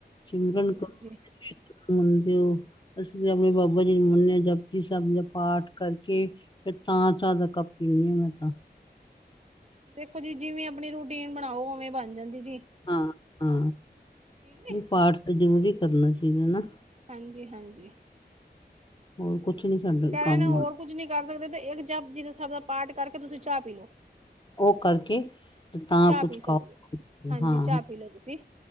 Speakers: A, on the left; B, on the right.
A: ਸਿਮਰਨ
B: ਹਾਂਜੀ-ਹਾਂਜੀ
A: ਕਰੋ ਮੰਨਦੇ ਹੋ ਅਸੀਂ ਤੇ ਆਪਣੇ ਬਾਬਾ ਜੀ ਨੂੰ ਮੰਨੇ ਜਪ ਜੀ ਸਾਹਿਬ ਦਾ ਪਾਠ ਕਰਕੇ ਫਿਰ ਤਾਂ ਚਾਹ ਦਾ ਕੱਪ ਪੀਣੀ ਮੈਂ ਤਾ
B: ਦੇਖੋ ਜੀ ਜਿਵੇਂ ਆਪਣੀ ਰੂਟੀਨ ਬਣਾਓ ਓਵੇਂ ਬਣ ਜਾਂਦੀ। ਜੀ
A: ਹਾਂ -ਹਾਂ
B: ਠੀਕ ਨੀ
A: -ਹਾਂ ਪਾਠ ਤਾਂ ਜ਼ਰੂਰੀ ਕਰਨਾ ਚਾਹੀਦਾ ਨਾ।
B: ਹਾਂਜੀ- ਹਾਂਜੀ
A: ਹੋਰ ਕੁਛ ਨੀ ਸਾਡੇ
B: ਕਹਿ
A: ਕੰਮ
B: ਰਹੇ ਨੇ ਹੋਰ
A: ਆਣ
B: ਕੁੱਝ ਨੀ ਕਰ ਸਕਦੇ ਤੇ ਇੱਕ ਜਪ ਜੀ ਦੇ ਸਾਬ ਦਾ ਪਾਠ ਕਰਕੇ ਤੁਸੀਂ ਚਾਹ ਪੀ ਲਓ।
A: ਉਹ ਕਰਕੇ ਤੇ ਤਾਂ
B: ਚਾਹ
A: ਕੁਛ
B: ਪੀ ਸਕਦੇ
A: ਖਾਓ
B: ਹੋ ਹਾਂਜੀ
A: ਹਾਂ।
B: ਚਾਹ ਪੀ ਲਓ ਤੁਸੀਂ।